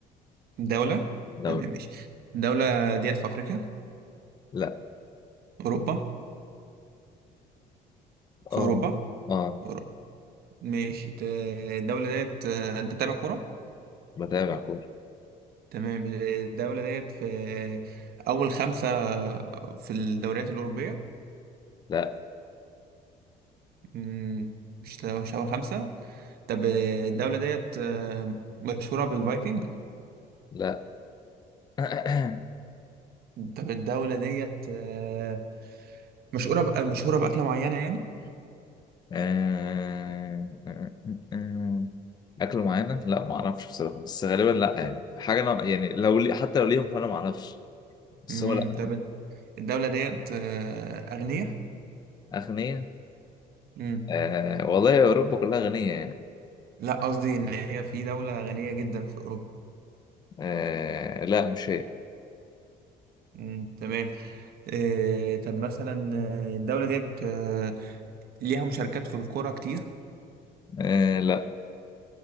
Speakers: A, on the right; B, on the left.
A: دولة
B: دولة
A: تمام ماشي الدولة ديت في افريقيا
B: لا
A: اوروبا في
B: آه
A: اوروبا
B: آه
A: اوروبا ماشي ت- الدولة ديت انت بتابع كورة
B: بتابع كورة
A: تمام الدولة ديت في اول خمسة في الدوريات الأوروبية
B: لا
A: مم، مش مش اول خمسة طب الدولة ديت آه، مشهورة بالفايكنج
B: لا <coughs> <clears throat> آه
A: طب الدولة ديت آه، مشهورة بأ- مشهورة بأكلة معينة يعني؟
B: آه آه آه. أكل معينة؟ لا ما أعرفش بصراحة بس غالبا لا يعني حاجة أنا يعني لو لي حتى لو ليهم فأنا ما أعرفش بس
A: امم
B: هو لا
A: طب الدولة ديت آه، أغنية؟
B: أغنية
A: امم
B: آه والله أوروبا كلها غنية يعني
A: لا قصدي إن هي في دولة غنية جدا في أوروبا
B: آه لا مش هي
A: امم تمام آه، طب مثلا آه، الدولة ديت آه، ليها مشاركات في الكورة كتير؟
B: آه لا